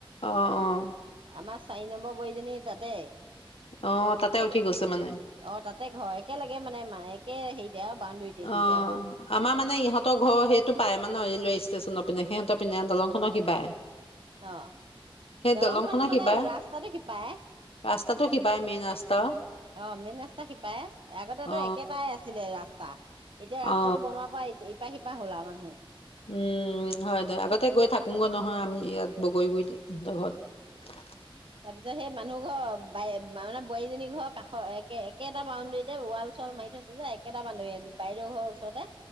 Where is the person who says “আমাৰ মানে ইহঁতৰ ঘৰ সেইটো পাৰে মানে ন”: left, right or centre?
Left